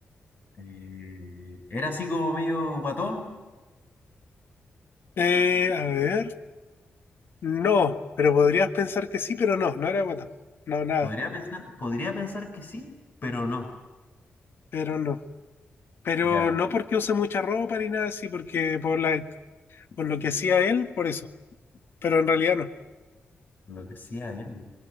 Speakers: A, on the left (about 45°); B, on the left (about 60°).
A: eh, era así como medio guatón.
B: Eh, a ver. No, pero podrías pensar que sí, pero no, no era guatón. No, nada,
A: Podría pensar, podría pensar que sí, pero no.
B: pero no. Pero
A: Ya,
B: no porque use mucha ropa ni nada así, porque por la, por lo que hacía él, por eso. Pero en realidad no.
A: lo que hacía él.